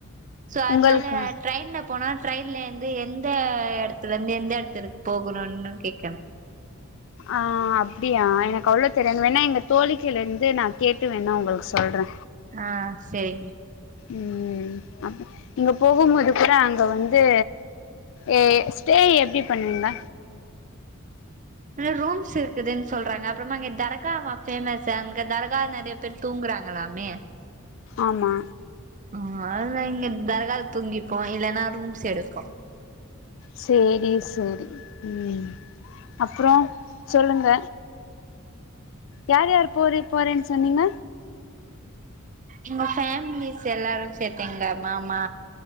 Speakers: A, on the right; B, on the left.
A: சோ அதனால
B: உங்களுக்கா
A: ட்ரெயின்ல போனா ட்ரெயின்லயிந்து எந்த எடத்துல இருந்து எந்த எடத்திர்க்கு போகனுன்னு கேக்றே
B: ஆ அப்டியா எனக்கு அவ்ளோ தெரியாது வேணா எங்க தோழிக்கயில இந்து நா கேட்டு வேணா உங்ளுக்கு சொல்றே
A: ஆ செரிங்
B: ம் அப்ப நீங்க போகும்போது கூட அங்க வந்து ஏ ஸ்டே எப்டி பண்ணுவிங்க
A: ரூம்ஸ் இருக்குதுன் சொல்றாங்க அப்றோமா இங்க தர்காவா ஃபேமஸு அங்க தர்கா நெறைய பேர் தூங்றாங் எல்லாமே
B: ஆமா
A: அ அதுதா இங்க தர்கால தூங்கிப்போ இல்லன்னா ரூம்ஸ் எடுப்போ
B: சேரி செரி ம் அப்றோ சொல்லுங்க யார் யார் போரி போறேனு சொன்னீங்க
A: உங்க ஃபேமிலிஸ் எல்லாரு சேத்துங்க மாமா